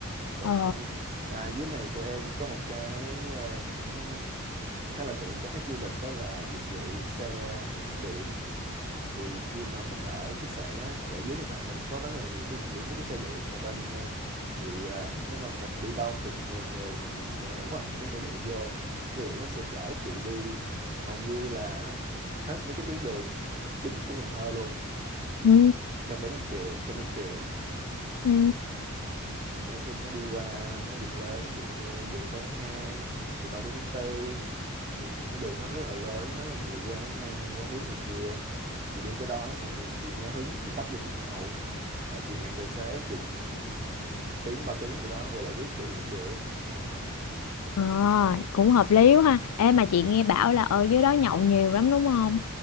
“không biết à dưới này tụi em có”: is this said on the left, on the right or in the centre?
Right